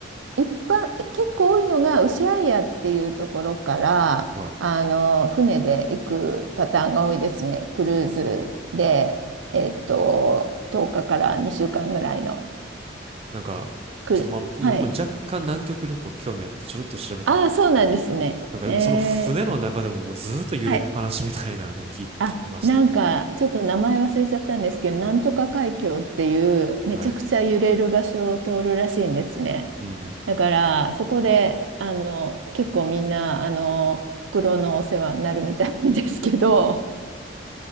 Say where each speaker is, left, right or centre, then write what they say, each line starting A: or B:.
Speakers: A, on the right; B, on the right.
A: 一般、結構多いのが、ウシャイヤっていうところから、
B: はい。
A: あの、船で行くパターンが多いですね。クルーズで、えっと、10日かから2週間ぐらいの。
B: なんか、
A: くる。
B: ちょっとまあ、僕も若干南極旅行興味あってちょろっと調べたんですけど、
A: はい。ああ、そうなんですね。
B: なんかでもその船の中でももうずーっと揺れっぱなしみたいなのを聞い
A: えー、はい。
B: <laughs>
A: あ、
B: 聞いてまして。
A: なんか、ちょっと名前忘れちゃったんですけど、なんとか海峡っていう、めちゃくちゃ揺れる場所を通るらしいんですね。
B: はい。うん。
A: だから、そこで、あの、結構みんな、あの、袋のお世話になるみたいですけど、